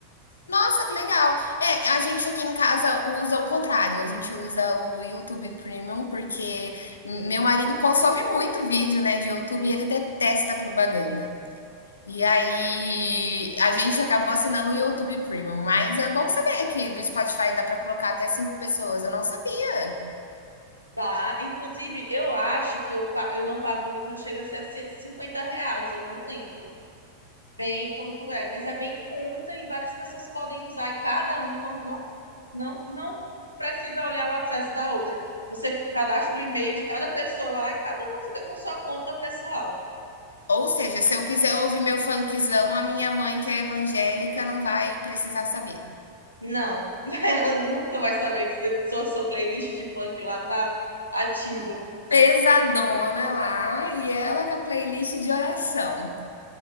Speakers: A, on the left; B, on the right.
A: Nossa, que legal. É, a gente aqui em casa usa o contrário, a gente usa o YouTube Premium porque meu marido consome muito vídeo, né, de YouTube e ele detesta propaganda. E aí a gente acabou assinando o YouTube Premium, mas é bom saber que do Spotify dá para colocar até 5 pessoas, eu não sabia.
B: Tá, inclusive eu acho que eu, pa- eu não pago, não chega a ser 50 reais, eu não lembro. bem quanto é, mas é bem conta e várias pessoas podem usar e cada uma não, não, não precisa olhar o acesso da outra. Você cadastra o e-mail de cada pessoa lá, e cada uma fica com sua conta pessoal.
A: Ou seja, se eu quiser ouvir meu funkzão, a minha mãe, que é evangélica, não vai precisar saber.
B: Não, <laughs> ela nunca vai saber que você- sua, sua playlist de funk lá tá ativa.
A: Pesadona lá, e ela com a playlist de oração.